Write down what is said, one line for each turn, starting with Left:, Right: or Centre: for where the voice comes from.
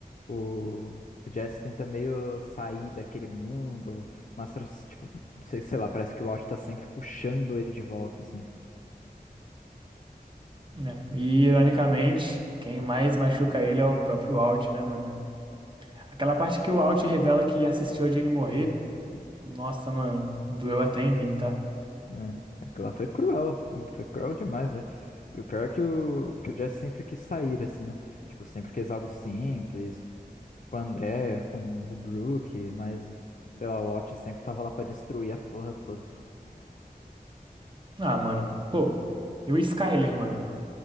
Left: o, o Jazz tenta meio sair daquele mundo, mas, tipo, sei, sei lá, parece que o Alt tá sempre puxando ele de volta, assim.
Right: né? E, ironicamente, quem mais machuca ele é o próprio Walt, né, mano? Aquela parte que o Walt revela que assistiu a Jane morrer. Nossa, mano, doeu até em mim, tá?
Left: É, aquela foi cruel, foi cruel demais, né? E o pior é que o, que o Jesse sempre quis sair, assim, né? Tipo, sempre quis algo simples, com o André, com o Brook, mas, sei lá, o Watch sempre tava lá pra destruir a porra toda.
Right: Ah, mano, pô, e o Skyler, mano?